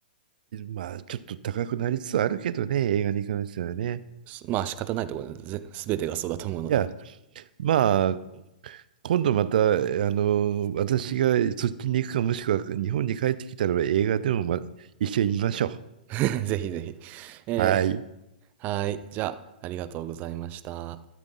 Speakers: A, on the right (about 65°); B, on the right (about 30°).
A: まあ、ちょっと高くなりつつあるけどね、映画に関してはね。
B: まあ仕方ないところで、す全てがそうだと思うので、
A: じゃあ、まあ、今度また、あの、私がそっちに行くか、もしくは日本に帰ってきたらば映画でも、ま、一緒に見ましょ
B: <laughs> ぜひぜひ。え
A: う。はい。
B: ー、はい。じゃあ、ありがとうございました。